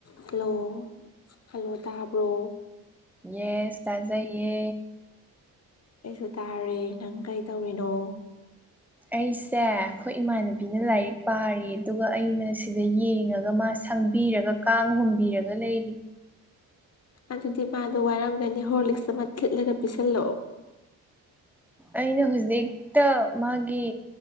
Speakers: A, on the left; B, in the centre.
A: hello hello ꯇꯥꯕ꯭ꯔꯣ
B: yes ꯇꯥꯖꯩꯌꯦ
A: ꯀꯩꯁꯨ ꯇꯥꯔꯦ ꯅꯪ ꯀꯩ ꯇꯧꯔꯤꯅꯣ
B: ꯑꯩꯁꯦ ꯑꯩꯈꯣꯏ ꯏꯃꯥꯟꯅꯕꯤꯅ ꯂꯥꯏꯔꯤꯛ ꯄꯥꯔꯤ ꯑꯗꯨꯒ ꯑꯩꯅ ꯁꯤꯗ ꯌꯦꯡꯉꯒ ꯃꯥ ꯁꯪꯕꯤꯔꯒ ꯀꯥꯡ ꯍꯨꯝꯕꯤꯔꯒ ꯂꯩꯔꯤ
A: ꯑꯗꯨꯗꯤ ꯃꯥꯗꯣ ꯋꯥꯔꯝꯒꯅꯤ ꯍꯣꯔꯂꯤꯛꯁ ꯑꯃ ꯊꯤꯠꯂꯒ ꯄꯤꯁꯜꯂꯛꯑꯣ
B: ꯑꯩꯅ ꯍꯧꯖꯤꯛꯇ ꯃꯥꯒꯤ